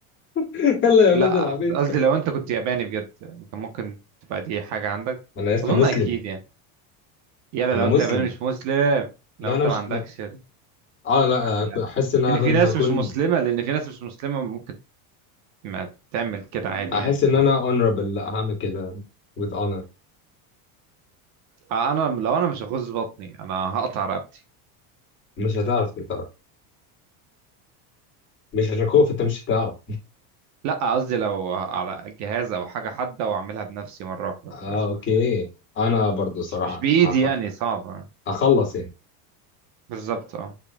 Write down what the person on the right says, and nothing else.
لا
قصدي لو انت كنت ياباني بجد كان ممكن تبقى دي حاجة عندك
اظن
اكيد يعني يلا
لو
انت ياباني مش مسلم لو
انت
ما عندكش
ال-
لا
لان
في ناس
مش مسلمة لان في ناس مش مسلمة ممكن ما تعمل كده عادي
يعني
تمام
آه، انا لو انا مش هغز بطني انا هقطع رقبتي
لا قصدي لو على جهاز او حاجة حادة واعملها بنفسي مرة واحدة
تمام.
مش مش بايدي
يعني صعبة
بالظبط اه